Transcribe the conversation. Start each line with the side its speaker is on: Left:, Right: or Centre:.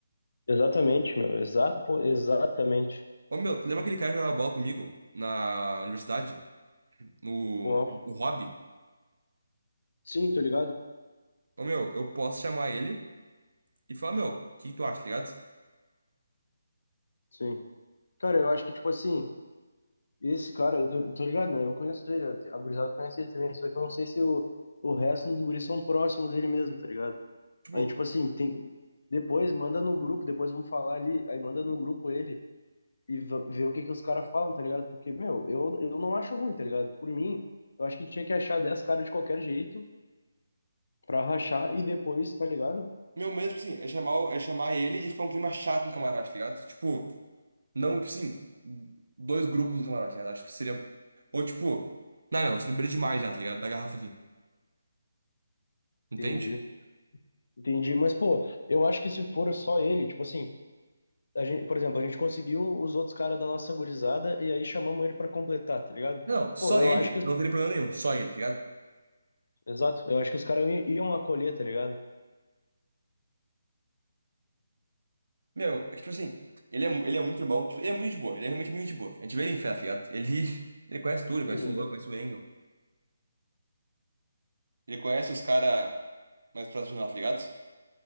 Left: Exatamente, meu. Exa... Pô, exatamente.
Right: Ô, meu, tu lembra aquele cara que jogava bola comigo na universidade? No,
Left: Qual?
Right: o Rob?
Left: Sim, tô ligado?
Right: Ô, meu, eu posso chamar ele e falar, meu, o que tu acha, tá ligado?
Left: Sim. Cara, eu acho que, tipo assim, esse cara, eu tô, tô ligado, né? Eu conheço ele, a gurizada conhece ele também, só que eu não sei se o, o resto dos guris são próximos dele mesmo, tá ligado?
Right: Tipo,
Left: Aí, tipo assim, tem. Depois manda no grupo, depois vamos falar ali, aí manda no grupo ele e va- vê o que que os caras falam, tá ligado? Porque, meu, eu, eu não acho ruim, tá ligado? Por mim, eu acho que tinha que achar 10 caras de qualquer jeito pra rachar e depois, tá ligado?
Right: meu medo, tipo assim, é chamar, o- é chamar ele e ficar um clima chato no camarote, tá ligado? Tipo. Não, tipo assim, dois grupos no camarote, né? Acho que seria. Ou tipo, não, não, você bebeu demais já, tá ligado? Da garrafa aqui. Entende?
Left: Entendi. Entendi. Mas, pô, eu acho que se for só ele, tipo assim, a gente, por exemplo, a gente conseguiu os outros caras da nossa gurizada e aí chamamos ele pra completar, tá ligado?
Right: Não, só
Left: Pô, eu
Right: ele,
Left: acho que
Right: não
Left: os...
Right: teria problema nenhum, só ele, tá ligado?
Left: Exato, eu acho que os caras iam iam acolher, tá ligado?
Right: Meu, é que tipo assim, ele é, mu- ele é muito irmão, tipo, ele é muito gente boa, ele é realmente muito gente boa. A gente vê ele em festa, tá ligado? Ele, <laughs> ele conhece tudo, ele
Left: Sim,
Right: conhece o
Left: exato.
Right: Luan, conhece o Engel. Ele conhece os caras mais próximos de nós, tá ligado?